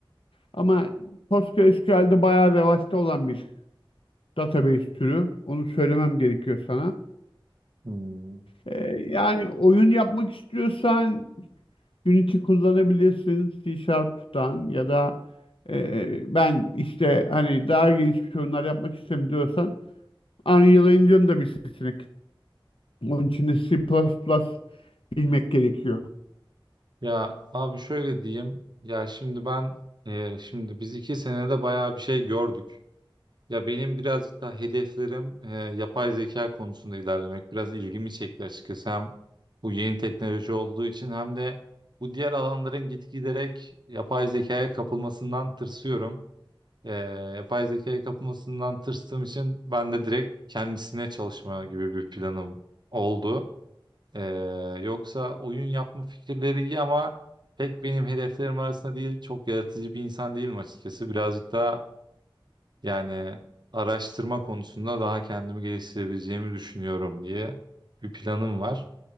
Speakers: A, on the left; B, on the right.
A: Ama PostgreSQL'de bayağı revaçta olan bir database türü. Onu söylemem gerekiyor sana.
B: Hmm.
A: Ee, yani oyun yapmak istiyorsan Unity kullanabilirsin C Sharp'tan ya da e, ben işte hani daha gelişmiş oyunlar yapmak istiyorum diyorsan Unreal Engine da bir seçenek. Onun için de C++ plus plus bilmek gerekiyor.
B: Ya abi şöyle diyeyim. Ya şimdi ben e, şimdi biz iki senede bayağı bir şey gördük. Ya benim birazcık daha hedeflerim e, yapay zeka konusunda ilerlemek. Biraz ilgimi çekti açıkçası. Hem bu yeni teknoloji olduğu için hem de bu diğer alanların gitgiderek yapay zekaya kapılmasından tırsıyorum. E, yapay zekaya kapılmasından tırstığım için ben de direkt kendisine çalışma gibi bir planım oldu. Ee, yoksa oyun yapma fikirleri iyi ama pek benim hedeflerim arasında değil. Çok yaratıcı bir insan değilim açıkçası. Birazcık daha yani araştırma konusunda daha kendimi geliştirebileceğimi düşünüyorum diye bir planım var.